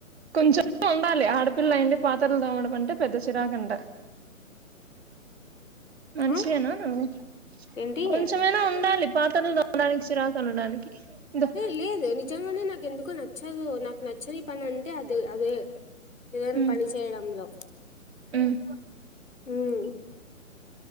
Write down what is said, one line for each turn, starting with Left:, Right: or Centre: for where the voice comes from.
Right: కొంచెం ఉండాలే ఆడపిల్ల అయుండి పాత్రలు తోమడం అంటే పెద్ద చిరాకంట మనిషివేనా
Left: ఆ
Right: నువ్వు
Left: ఏంటి
Right: కొంచెమైనా
Left: ఏ
Right: ఉండాలి పాత్రలు డానికి చిరాకు అనడానికి ఇదో
Left: ఏ లేదు నిజంగానే నాకు ఎందుకో నచ్చదు నాకు నచ్చని పని అంటే అదే అదే ఏదైన
Right: ఉమ్
Left: పనిచేయడంలో
Right: ఉమ్
Left: ఉమ్